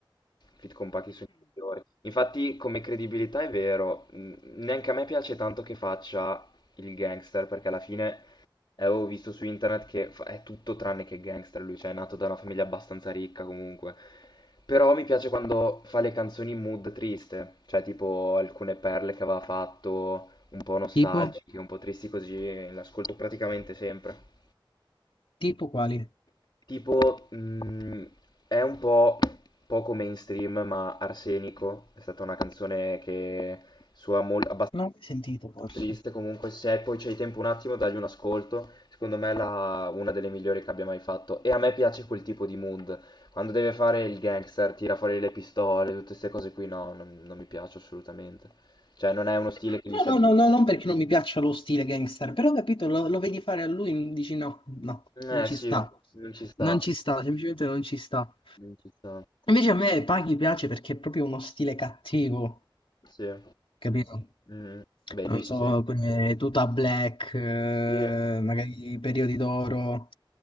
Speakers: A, on the left; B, on the left.
A: Fit compacti sono i migliori. Infatti, come credibilità è vero, mh, neanche a me piace tanto che faccia il gangster, perché alla fine avevo visto su internet che fa- è tutto tranne che gangster lui, cioè è nato da una famiglia abbastanza ricca comunque. Però mi piace quando fa le canzoni in mood triste, cioè tipo alcune perle che aveva fatto, un po' nostalgiche,
B: Tipo?
A: un po' tristi così, l'ascolto praticamente sempre.
B: Tipo quali?
A: Tipo, mh, è un po' poco mainstream, ma Arsenico è stata una canzone che suona molto
B: Non ho mai sentito forse.
A: triste. Comunque, se poi c'hai tempo un attimo, dagli un ascolto. Secondo me è la- una delle migliori che abbia mai fatto. E a me piace quel tipo di mood. Quando deve fare il gangster, tira fuori le pistole, tutte queste cose qui, no, non, non mi piace assolutamente. Cioè, non è uno stile che gli
B: No,
A: si addice.
B: no, no, no, non perché non mi piaccia lo stile gangster, però ho capito, lo, lo vedi fare a lui, dici no, no, non
A: Eh
B: ci
A: sì,
B: sta.
A: non ci sta,
B: Non ci sta, semplicemente non ci sta.
A: non ci sta.
B: Invece a me Paghi piace perché è proprio uno stile cattivo,
A: Sì.
B: capito?
A: Mm. Beh,
B: Non
A: lui si
B: so,
A: sente.
B: come tuta black, eh,
A: Sì.
B: magari i periodi d'oro,